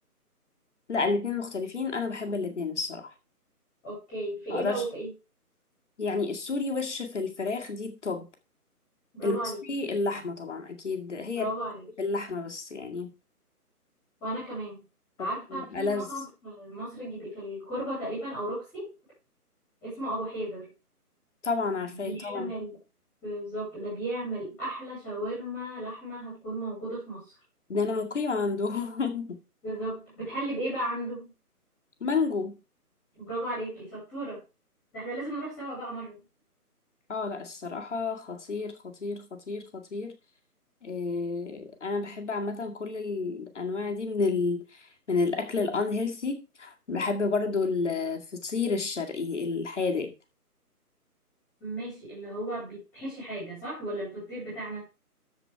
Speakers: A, on the left (about 50°); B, in the centre.
A: لا الاتنين مختلفين انا بحب الاتنين الصراحة
B: اوكي في
A: ما
B: ايه
A: اقدرش
B: بقى وفي ايه
A: يعني السوري وش في الفراخ دي التوب
B: برافو
A: المصري
B: عليكي
A: اللحمة طبعا اكيد هي
B: برافو عليكي
A: باللحمة بس يعني
B: وانا كمان
A: طب
B: عارفه في
A: ألذ
B: مطعم في مصر الجديد في الكوربه تقريبا او روكسي اسمه ابو حيدر
A: طبعا عارفاه
B: بيعمل
A: طبعا
B: بالظبط ده بيعمل احلى شاورما لحمه هتكون موجوده في مصر
A: ده انا مقيمة عنده <laughs>
B: بالظبط بتحلي بايه بقى عنده
A: مانجو
B: برافو عليكي شطوره ده احنا لازم نروح سوا بقى مره
A: اه لا الصراحة خطير خطير خطير خطير إيه انا بحب عامة كل الانواع دي من ال... من الاكل الان هيلثي بحب برضو الفطير الشرقي الحادق
B: ماشي اللي هو بيتحشي حاجه صح ولا الفطير بتاعنا